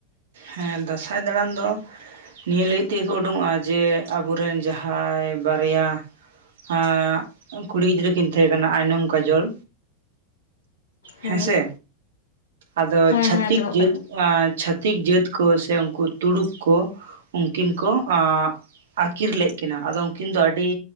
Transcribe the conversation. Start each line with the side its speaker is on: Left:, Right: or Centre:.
Right: ᱦᱮᱸ, 'ᱫᱟᱥᱟᱭ' ᱫᱟᱲᱟᱱ ᱫᱚᱸ ᱱᱤᱭᱟᱹ ᱞᱟᱹᱜᱤᱫ ᱛᱮᱜᱮ ᱠᱚ ᱩᱰᱩᱝᱚᱜᱼᱟ ᱡᱮ ᱟᱵᱚᱨᱮᱱ ᱡᱟᱦᱟᱭ ᱵᱟᱨᱭᱟ ᱦᱟᱸᱭᱟᱜ ᱩᱝ ᱠᱩᱲᱤ ᱜᱤᱫᱽᱨᱟᱹ ᱠᱤᱱ ᱛᱷᱮᱸ ᱠᱟᱱᱟ ᱟᱭᱱᱚᱢ, ᱠᱟᱡᱚᱞ᱾
Left: ᱦᱮᱸ
Right: ᱦᱮᱸᱥᱮ, ᱟᱫᱚ
Left: ᱦᱮᱸ
Right: ᱪᱷᱟᱛᱤᱠ
Left: ᱦᱮᱸ ᱟᱸᱡᱚᱢᱚᱜ
Right: ᱡᱟᱹᱛ
Left: ᱠᱟᱱᱟ
Right: ᱟᱸ ᱪᱷᱟ- -ᱛᱤᱠ ᱡᱟᱹᱛ ᱠᱚ ᱥᱮ ᱩᱝᱠᱩ ᱛᱩᱲᱩᱠ ᱠᱚ ᱩᱝᱠᱤᱱ ᱠᱚ ᱟᱸᱜ ᱟᱠᱤᱨ ᱞᱮᱜ ᱠᱤᱱᱟ ᱟᱫᱚ ᱩᱝᱠᱤᱱ ᱫᱚ ᱟᱰᱤ